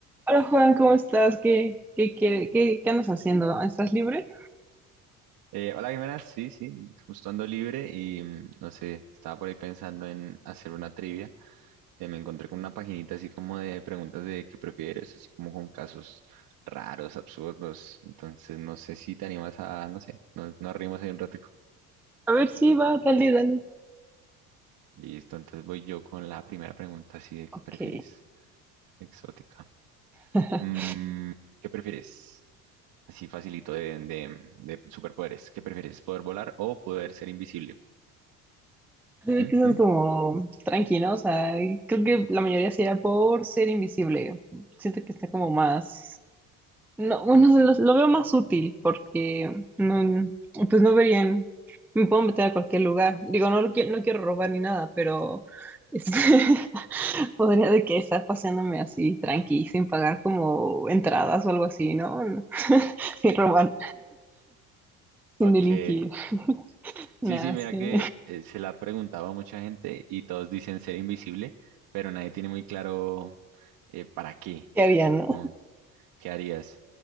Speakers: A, in the centre; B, on the right.
A: Hola Juan, ¿cómo estás? ¿Qué, qué, quiere- qué, qué andas haciendo? ¿Estás libre?
B: Eh, hola Jimena, sí, sí, justo ando libre y mm, no sé, estaba por ahí pensando en hacer una trivia. Eh, me encontré con una paginita así como de preguntas de qué prefieres, así como con casos raros, absurdos. Entonces no sé si te animas a, no sé, no, nos rimos ahí un ratico.
A: A ver, sí, va, dale, dale.
B: Listo, entonces voy yo con la primera pregunta así de qué
A: Ok.
B: prefieres, exótica.
A: <laughs>
B: Mm, ¿qué prefieres? Así facilito de, de, de superpoderes. ¿Qué prefieres? ¿Poder volar o poder ser invisible?
A: Se ve
B: ¿Mm?
A: que estás
B: ¿Mm?
A: como tranquilo, o sea, creo que la mayoría sería por ser invisible. Siento que está como más. No, bueno, se los- lo veo más útil porque no, pues no verían, me puedo meter a cualquier lugar. Digo, no, lo qui- no quiero robar ni nada, pero este, <laughs> podría de que estar paseándome así tranqui, sin pagar como entradas o algo así, ¿no? <laughs> Sin robar, sin
B: Ok,
A: delinquir, nada,
B: Sí, sí, mira
A: sí.
B: que eh, se la ha preguntado a mucha gente y todos dicen ser invisible, pero nadie tiene muy claro eh, para qué,
A: ¿Qué harían, no?
B: como, qué harías.